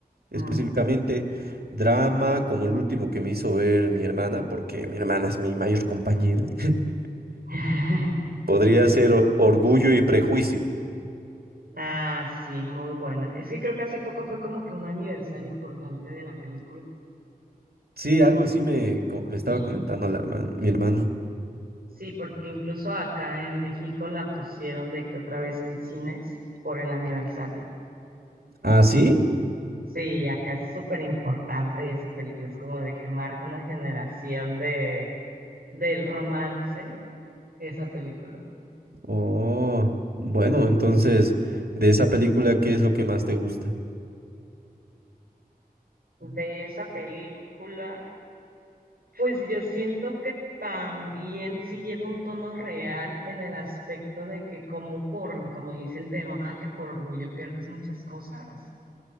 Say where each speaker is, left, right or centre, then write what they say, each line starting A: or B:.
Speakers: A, on the right (about 70°); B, on the right (about 80°).
A: ujú.
B: específicamente drama como el último que me hizo ver mi hermana, porque mi hermana es mi mayor compañera. <laughs>
A: <laughs>
B: Podría ser o- Orgullo y Prejuicio.
A: Ah, sí, muy buena. Es que creo que hace poco fue como que un aniversario importante de la película.
B: Sí, algo así
A: Y
B: me, co- me estaba
A: sí.
B: comentando la herman- mi hermano.
A: Sí, porque incluso acá en México la pusieron de que otra vez en cines por el aniversario.
B: ¿Ah, sí?
A: Sí, acá es súper importante esa película, es como de que marca una generación de del romance esa película.
B: Oh, bueno, entonces, de esa película, ¿qué es lo que más te gusta?
A: De esa película, pues yo siento que también sí lleva un tono real en el aspecto de que como por, como dice el tema, que por orgullo pierdes muchas cosas.